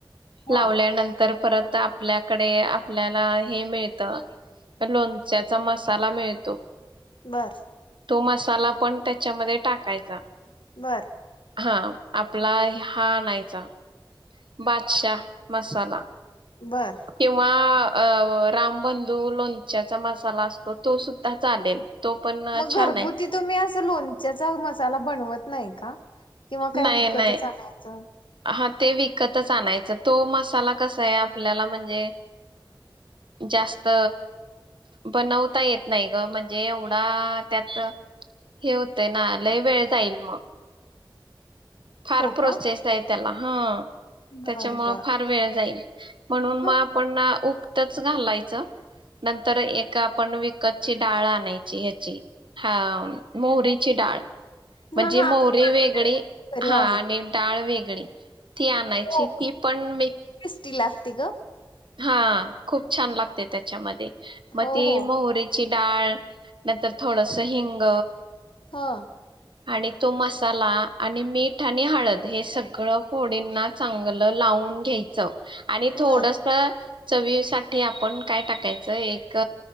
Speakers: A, on the left; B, on the right.
A: हा
B: लावल्यानंतर परत त आपल्याकडे आपल्याला हे मिळ त, त लोणच्याचा मसाला मिळतो.
A: बर
B: तो मसाला पण त्याच्यामध्ये टाकायचा.
A: बर
B: हां, आपला हा आणायचा. बादशा मसाला.
A: बर
B: कींव्वा अ रामबंधू लोणच्याचा मसाला असतो तो सुद्धा चालेल. तो पण
A: मग
B: छान
A: घरगुती
B: आहे
A: तुम्ही असं लोणच्याचा मसा त्याला बनवत नाही का? किंवा काय
B: नाही
A: विकतच
B: नाही
A: आणायचं?
B: हा ते विकतच आणायचं. तो मसाला कस आहे आपल्याला म्हणजे जास्त बनवता येत नाही ग. म्हणजे एवढा त्यात हे होतंय ना, लय वेळ जाईल मग. फार
A: हो
B: प्रोसेस
A: का
B: आहेत त्याला हं.
A: बर
B: त्यांच्यामुळ
A: बर
B: फार वेळ जाईल. म्हणून
A: ह
B: मग आपण ना ऊ त्याच घालायचं नंतर एक आपण विकतची डाळ आणायची ह्याची हा मोहरीची डाळ म्हणजे
A: हा हा
B: मोहरी
A: ती माहित
B: वेगळी
A: आहे आमच्या घरी
B: हा
A: आहे
B: आणि डाळ वेगळी ती आणायची.
A: हो
B: ती पण मीक
A: ती असती गं?
B: हा खूप छान लागते त्याच्यामध्ये मग
A: हो
B: ती
A: हो
B: मोहरीची डाळ नंतर थोडंसं हिंग
A: हा.
B: आणि तो मसाला आणि मीठ आणि हळद हे सगळं फोडींना चांगलं लावून घ्यायचं. आणि थोडंस
A: बर
B: चवीसाठी आपण काय टाकायचं, एक